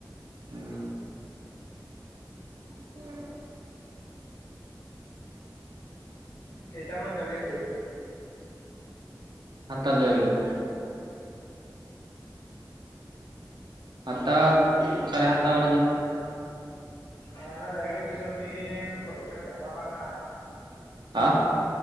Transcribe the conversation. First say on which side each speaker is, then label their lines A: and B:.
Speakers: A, on the right; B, on the left.
A: উম, <unintelligible>
B: কেইটামানত যাবি আ
A: সাত তাত জাবি বোলে। সাতটাত
B: সাতটা মানতে যাওঁ
A: চাৰে সাতটা মানত যাম।
B: অ, ন যাই ফেলেক পিছত দেখিন বহিবলে জাঘা পাং না নাপাং।
A: হাহ।